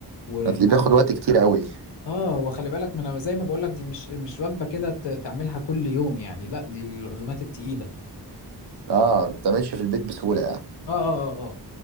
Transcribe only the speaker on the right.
هتلاقيه بياخد وقت كتير قوي
اه ما بتعملش في البيت بسهولة يعني